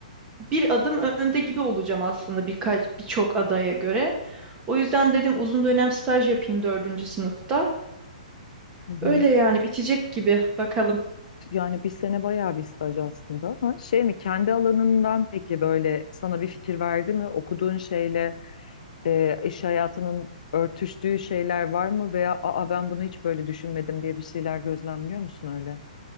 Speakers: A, on the right; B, on the left.
A: bir adım önde gibi olacağım aslında birkaç birçok adaya göre. O yüzden dedim uzun dönem staj yapayım dördüncü sınıfta.
B: hı hı.
A: Öyle yani bitecek gibi bakalım.
B: Yani bir sene bayağı bir staj aslında ama şey mi? Kendi alanından peki böyle sana bir fikir verdi mi? Okuduğun şeyle e, iş hayatının örtüştüğü şeyler var mı? Veya aa ben bunu hiç böyle düşünmedim diye bir şeyler gözlemliyor musun öyle?